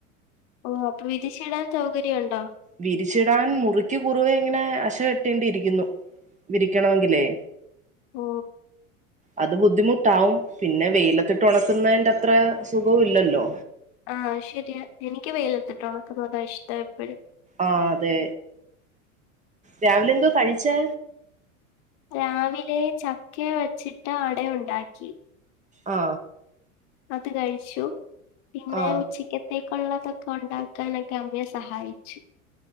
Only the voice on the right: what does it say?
വിരിച്ചിടാൻ മുറിക്ക് കുറുവെ ഇങ്ങനെ അശ് ശ കെട്ടേണ്ടി ഇരിക്കുന്നു വിരിക്കണോങ്കിലേ
അത് ബുദ്ധിമുട്ടാവും പിന്നെ വെയിലത്തിട്ട് ഉണക്കുന്നതിന്റെ അത്ര സുഖവും ഇല്ലല്ലോ
ആ അതെ രാവിലെ ന്തോ കഴിച്ചെ?
ആ
ആ